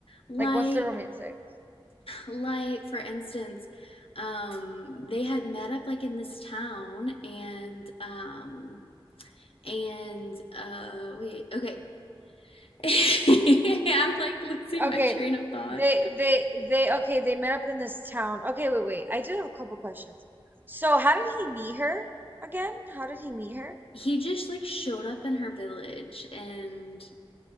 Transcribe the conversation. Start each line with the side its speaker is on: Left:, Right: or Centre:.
Left: like.
Right: Like what's the romantic?
Left: Like, for instance, um, they had met up like in this town and um and uh wait, okay. <laughs> I'm like losing
Right: Okay.
Left: my train of thought.
Right: They they they okay, they met up in this town. Okay, wait, wait. I do have a couple questions. So, how did he meet her again? How did he meet her?
Left: He just like showed up in her village and